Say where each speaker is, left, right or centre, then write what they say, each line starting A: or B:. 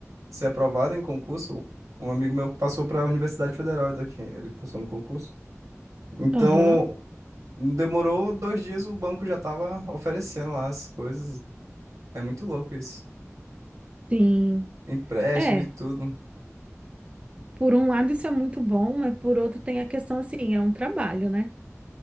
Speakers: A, on the right; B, on the right.
A: ser aprovado em concurso, um amigo meu passou para a Universidade Federal daqui, ele passou no concurso. Então,
B: Aham,
A: demorou dois dias, o banco já estava oferecendo lá as coisas. É muito louco isso.
B: Sim.
A: Empréstimo
B: É,
A: e tudo.
B: por um lado isso é muito bom, mas por outro tem a questão assim, é um trabalho, né?